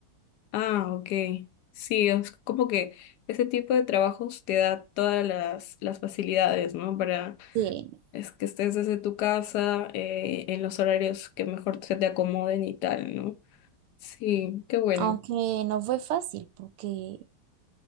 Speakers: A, on the left (about 80°); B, on the right (about 85°).
A: Ah, ok. Sí, es como que ese tipo de trabajos te da todas las, las facilidades, ¿no? Para
B: Sí,
A: es que estés desde tu casa, eh, en los horarios que mejor se te acomoden y tal, ¿no? Sí, qué bueno.
B: aunque no fue fácil, porque